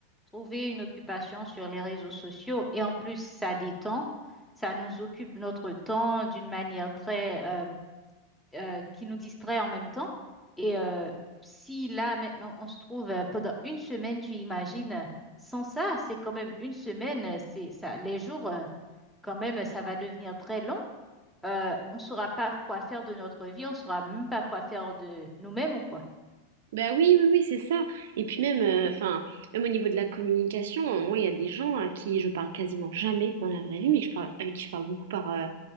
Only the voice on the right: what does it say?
Bah oui, oui, oui, c'est ça. Et puis même, euh, enfin, même au niveau de la communication, euh, moi, il y a des gens à qui je parle quasiment jamais dans la vraie vie, mais que je parle, avec qui je parle beaucoup par, euh,